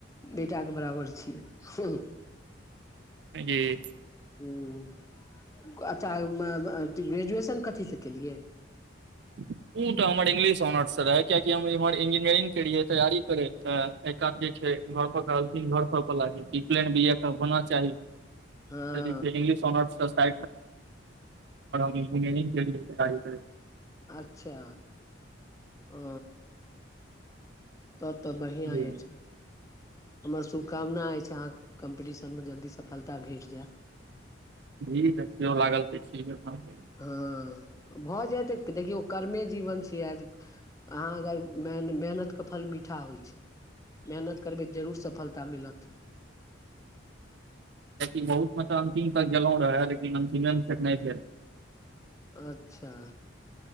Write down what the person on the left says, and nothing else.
बेटाके बराबर छी हूँ
हूँ अच्छा ग्रेजुएशन कथीसँ केलियै?
हँ
अच्छा ओ तब तऽ बढ़िआँ
अछि हमर शुभकामना अछि अहाँके कम्पिटिशनमे जल्दी सफलता भेट जाय।
हँ भऽ जायत देखियौ कर्मे जीवन छियै आजीक अहाँ अगर मेन मेहनत के फल मीठा होइ छै। मेहनत करबै जरूर सफलता मिलथ।
अच्छा